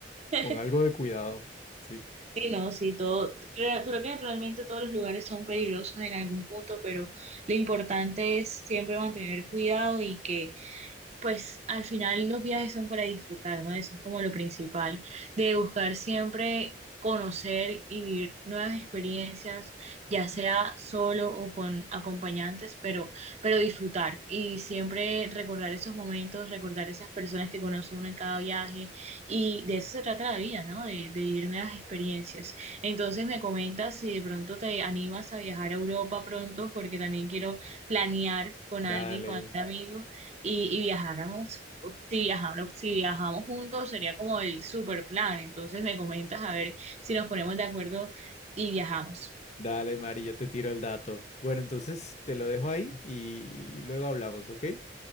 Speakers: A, on the right; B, on the left.
A: <laughs>
B: con algo de cuidado. Sí,
A: Sí, no, sí, todo, re- creo que realmente todos los lugares son peligrosos en algún punto, pero lo importante es siempre mantener cuidado y que pues al final los viajes son para disfrutar, ¿no? Eso es como lo principal, de buscar siempre conocer y vivir nuevas experiencias, ya sea solo o con acompañantes, pero, pero disfrutar y siempre recordar esos momentos, recordar esas personas que conoce uno en cada viaje y de eso se trata la vida, ¿no? De, de vivir nuevas experiencias. Entonces me comentas si de pronto te animas a viajar a Europa pronto, porque también quiero planear con
B: dale.
A: alguien, con algún amigo y, y viajáramos, si viajáramos, si viajamos juntos sería como el super plan. Entonces me comentas a ver si nos ponemos de acuerdo y viajamos.
B: Dale, Mari, yo te tiro el dato. Bueno, entonces te lo dejo ahí y luego hablamos, ¿ok?